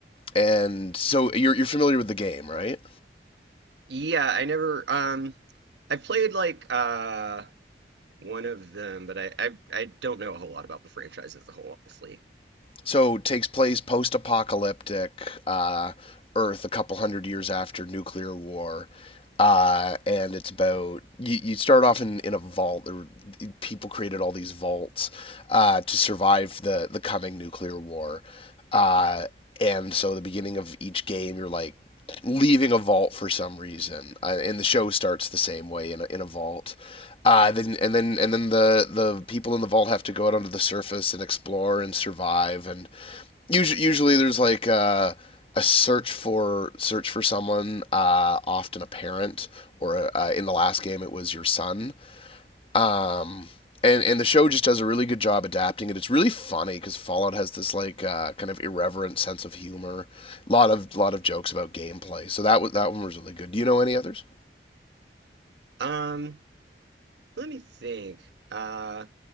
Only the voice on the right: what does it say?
Yeah, I never um I played like uh one of them, but I I, I don't know a whole lot about the franchise as a whole, honestly.
Um, let me think. Uh,